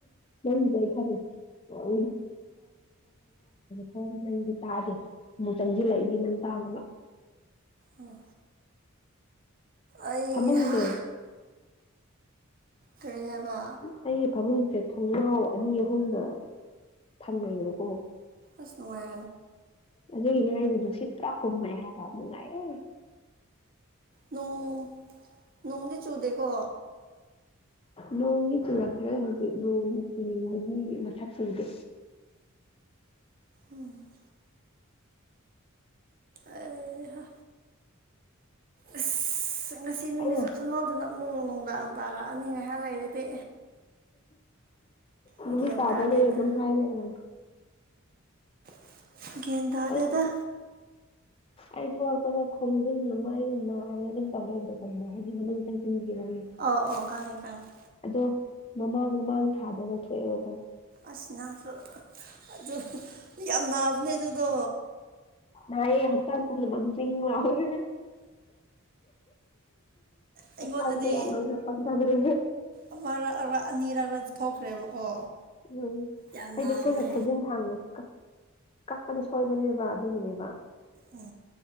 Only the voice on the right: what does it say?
ꯑꯣ ꯑꯩ
ꯍꯥ ꯀꯔꯤ ꯍꯥꯏꯕ
ꯑꯁ ꯅꯨꯡꯉꯥꯏ
ꯅꯣꯡ ꯅꯣꯡꯗꯤ ꯆꯨꯗꯦꯀꯣ
ꯎꯝ ꯑꯩ ꯍꯥ ꯑꯁ ꯉꯁꯤ ꯅꯨꯃꯤꯠꯁꯦ
ꯈꯪꯍꯧꯗꯅ ꯑꯃꯨꯛ ꯅꯨꯡꯗꯥꯡ ꯇꯥꯥꯔꯛꯑꯅꯤ ꯉꯥꯏꯍꯥꯛ ꯂꯩꯔꯗꯤ
ꯒ꯭ꯌꯥꯟ
ꯇꯥꯗꯦꯗ
<unintelligible> ꯒ꯭ꯌꯥꯟ ꯇꯥꯗꯦꯗ
ꯑꯧ ꯑꯧ ꯈꯪꯉꯦ ꯈꯪꯉꯦ
ꯑꯁ ꯅꯪꯁꯨ ꯑꯗꯣ ꯌꯥꯝ ꯅꯥꯕꯅꯦ ꯑꯗꯨꯗꯣ
ꯑꯩꯉꯣꯟꯗꯗꯤ
ꯑꯃꯔꯛ ꯑꯕ ꯑꯅꯤꯔꯛꯔ ꯊꯣꯛꯈ꯭ꯔꯦꯕꯀꯣ
ꯌꯥꯝ
ꯅꯥꯕꯅꯦ
ꯎꯝ